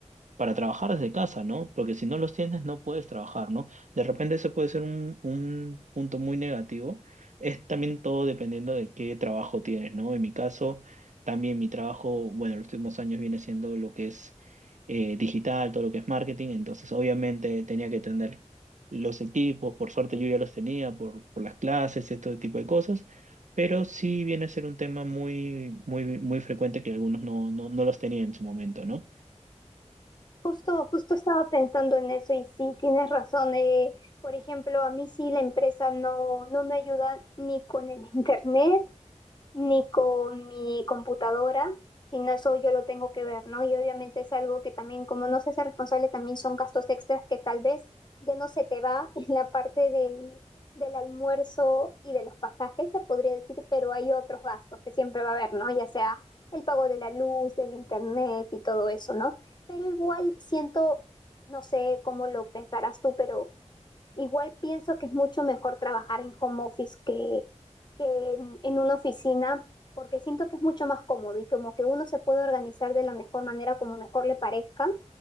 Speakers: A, on the right (about 80°); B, on the left (about 35°).
A: para trabajar desde casa, ¿no? Porque si no los tienes, no puedes trabajar, ¿no? De repente ese puede ser un, un punto muy negativo. Es también todo dependiendo de qué trabajo tienes, ¿no? En mi caso, también mi trabajo, bueno, los últimos años viene siendo lo que es eh, digital, todo lo que es marketing, entonces obviamente tenía que tener los equipos, por suerte yo ya los tenía por, por las clases, este tipo de cosas. Pero sí viene a ser un tema muy, muy, muy frecuente que algunos no, no, no los tenían en su momento, ¿no?
B: Justo, justo estaba pensando en eso y sí, tienes razón. eh, por ejemplo, a mí sí la empresa no, no me ayuda ni con el <laughs> internet, ni con mi computadora, sino eso yo lo tengo que ver, ¿no? Y obviamente es algo que también, como no se hace responsable, también son gastos extras que tal vez ya no se te va <laughs> en la parte del, del almuerzo y de los pasajes, se podría decir, pero hay otros gastos que siempre va a haber, ¿no? Ya sea el pago de la luz, del internet y todo eso, ¿no? Pero igual siento, no sé cómo lo pensarás tú, pero Igual pienso que es mucho mejor trabajar en home office que, que en, en una oficina, porque siento que es mucho más cómodo y como que uno se puede organizar de la mejor manera como mejor le parezca.